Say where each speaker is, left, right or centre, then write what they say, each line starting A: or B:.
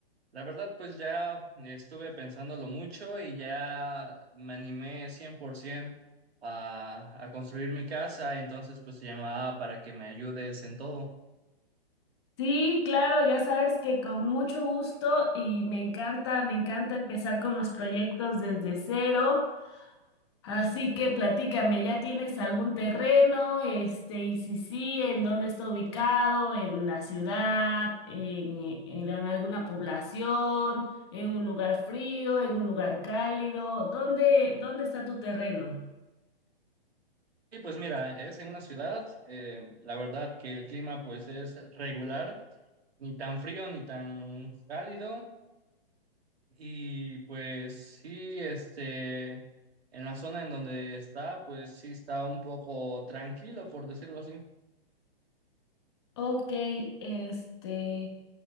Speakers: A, on the right; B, on the left.
A: La verdad, pues ya estuve pensándolo mucho y ya me animé 100% a, a construir mi casa, entonces pues te llamaba para que me ayudes en todo.
B: Sí, claro, ya sabes que con mucho gusto y me encanta, me encanta empezar con los proyectos desde cero Así que platícame, ¿ya tienes algún terreno? Este, y si sí, ¿en dónde está ubicado? ¿En la ciudad? ¿En, en la- en alguna población? ¿En un lugar frío? ¿En un lugar cálido? ¿Dónde, dónde está tu terreno?
A: Y pues mira, es en una ciudad, eh, la verdad que el clima pues es regular, ni tan frío ni tan cálido, Y pues sí, este, en la zona en donde está, pues sí está un poco tranquilo, por decirlo así.
B: Ok, este.